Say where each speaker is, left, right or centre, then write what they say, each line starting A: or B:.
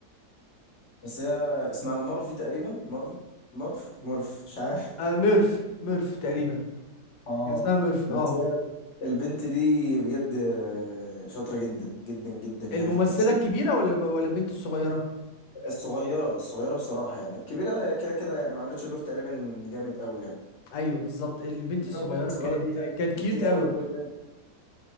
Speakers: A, on the left; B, on the left.
A: بس هي اسمها مارفي تقريبا مارفي مارف مورف مش عارف
B: آه ميرف ميرف تقريبا
A: اه
B: كان اسمها ميرف
A: بس
B: اه
A: هي البنت دي بجد شاطرة جدا جدا جدا يعني
B: الممثلة
A: في التمثيل
B: الكبيرة ولا ولا البنت الصغيرة
A: الصغيرة الصغيرة بصراحة يعني الكبيرة كده كده يعني ما عملتش دور تقريبا جامد قوي يعني
B: ايوه بالظبط البنت
A: انما
B: الصغيرة
A: البنت الصغيرة
B: كانت
A: دي لا
B: كانت كيوت
A: البنت دي
B: قوي
A: عملت دور جامد